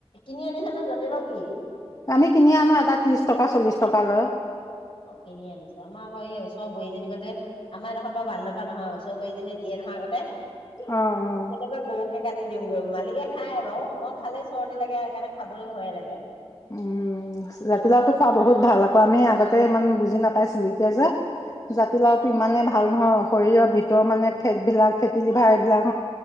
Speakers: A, on the left; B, on the left.
A: কিনি আনিছে নে জাতিলাও কি?
B: আমি কিনি আনো এটা ত্ৰিশ টকা, চল্লিশ টকা লৈ।
A: কিনি আনিছে আমাৰ আকৌ এই অ'! বোৱাৰীজনী গ'তে, আমাৰ এইডোখৰত বাও বান্দৰৰ পৰা নহয়। ওচৰ বোৱাৰীজনীয়ে দিয়ে নহয় আগতে।
B: অ অ
A: কেতিয়াবা <unintelligible> কাটি দিওঁগৈ। মালিকে খায় বাৰু মই খালে চৰ্দি লাগে সেইকাৰণে খাবলৈ ভয়ে লাগে।
B: উম, জাতিলাওটো খোৱা বহুত ভাল আকৌ। আমি আগতে, ইমান বুজি নাপাইছিলোঁ। এতিয়া যে, জাতিলাওটো ইমানে ভাল নহয়, শৰীৰৰ ভিতৰৰ মানে, ফেট বিলাক ফেটি লিভাৰ এইবিলাক